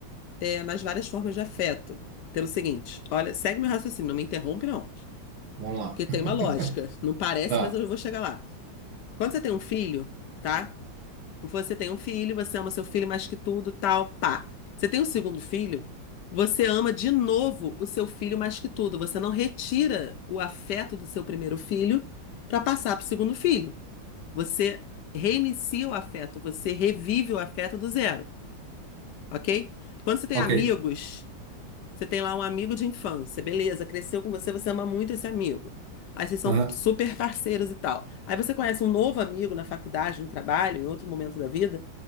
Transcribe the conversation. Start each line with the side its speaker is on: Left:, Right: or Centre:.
Left: é, nas várias formas de afeto. Pelo seguinte, olha, segue meu raciocínio, não me interrompe, não,
Right: vamos lá.
Left: porque tem
Right: <laughs>
Left: uma lógica. Não parece,
Right: Tá,
Left: mas eu vou chegar lá. Quando você tem um filho, tá? Você tem um filho, você ama seu filho mais que tudo, tal, pá. Você tem um segundo filho, você ama de novo o seu filho mais que tudo. Você não retira o afeto do seu primeiro filho para passar para o segundo filho. Você reinicia o afeto, você revive o afeto do zero, ok? Quando você tem
Right: ok.
Left: amigos. Você tem lá um amigo de infância, beleza, cresceu com você, você ama muito esse amigo. Aí vocês são
Right: Aham,
Left: super parceiros e tal. Aí você conhece um novo amigo na faculdade, no trabalho, em outro momento da vida.